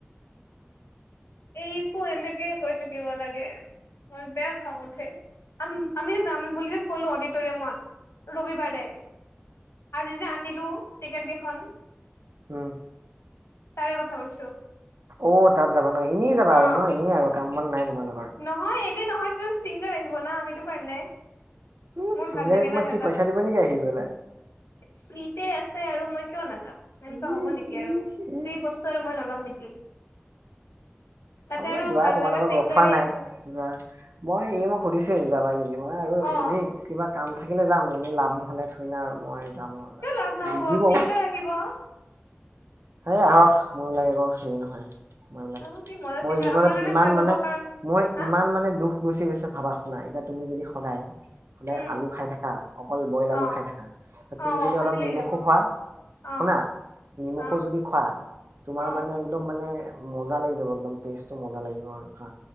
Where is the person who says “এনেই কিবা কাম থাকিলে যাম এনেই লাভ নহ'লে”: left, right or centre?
Right